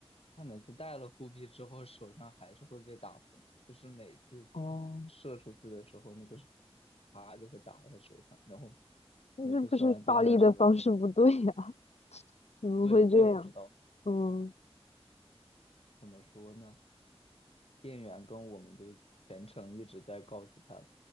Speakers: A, on the left; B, on the left.
A: 他每次带了护臂之后手上还是会被打红，就是每次
B: 哦，
A: 射出去的时候那个啪就会打在他手上，然后
B: 那这不是发力的方式不对呀、
A: 每次射完箭他的手就红。
B: 怎么会这样？
A: 对，我也不知道
B: 嗯，
A: 怎么说呢，店员跟我们就全程一直在告诉他。